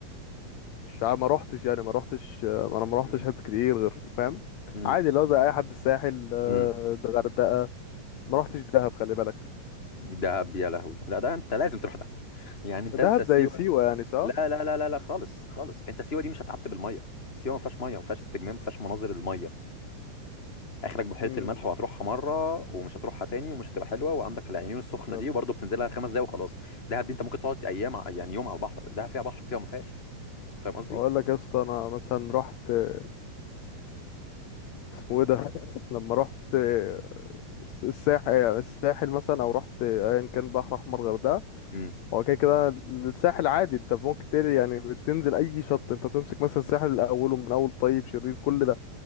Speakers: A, on the left (about 80°); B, on the left (about 15°).
A: الشعب ما روحتش يعني ما روحتش ما انا ما روحتش
B: امم
A: حتت كتير غير فاهم
B: امم
A: عادي لو زي اي حد الساحل آه،
B: امم
A: ده غردقة ما روحتش دهب خلي بالك
B: دهب يا لهوي لا ده انت لازم تروح دهب يعني انت
A: دهب
B: انسى سيوه
A: زي سيوة يعني صح
B: لا لا لا لا لا خالص خالص انت سيوه دي مش هتعتب الميه سيوه ما فيهاش ميه ما فيهاش استجمام ما فيهاش مناظر الميه اخرك بحيره
A: امم
B: الملح وهتروحها مره ومش هتروحها تاني ومش هتبقى حلوه وعندك العيون السخنه
A: بالظبط
B: دي وبرضه بتنزلها خمس دقايق وخلاص دهب دي انت ممكن تقعد ايام ع- يعني يوم على البحر دهب فيها بحر سيوه ما فيهاش فاهم قصدي
A: اقول لك يا اسطى انا مثلا رحت آه، اسمه ايه ده <laughs> لما رحت آه، الس- الساحل يعني الساحل مثلا او رحت ايا كان بحر احمر غردقه
B: امم
A: هو كده كده الساحل عادي انت ممكن تل يعني بتنزل اي شط انت بتمسك مثلا الساحل من اوله من اول طيب شرير كل ده